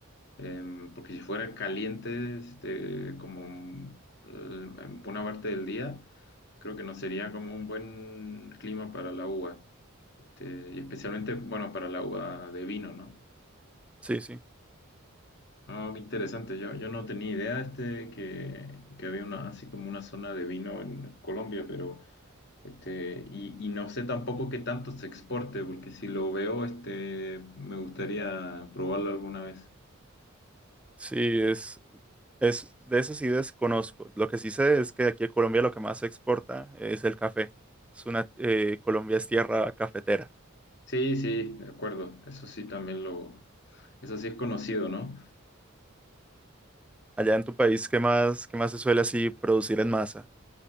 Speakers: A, on the left; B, in the centre.
A: Em, porque si fuera caliente, este, como mm, en una parte del día, creo que no sería como un buen clima para la uva. Este, y especialmente, bueno, para la uva de vino, ¿no?
B: Sí, sí.
A: No, qué interesante. Yo, yo no tenía idea, este, que, que había una, así como una zona de vino en Colombia, pero. Este, y, y no sé tampoco qué tanto se exporte, porque si lo veo, este, me gustaría probarlo alguna vez.
B: Sí, es, es, de eso sí desconozco. Lo que sí sé es que aquí en Colombia lo que más se exporta es el café. Es una, eh, Colombia es tierra cafetera.
A: Sí, sí, de acuerdo. Eso sí también lo, eso sí es conocido, ¿no?
B: Allá en tu país, ¿qué más, qué más se suele así producir en masa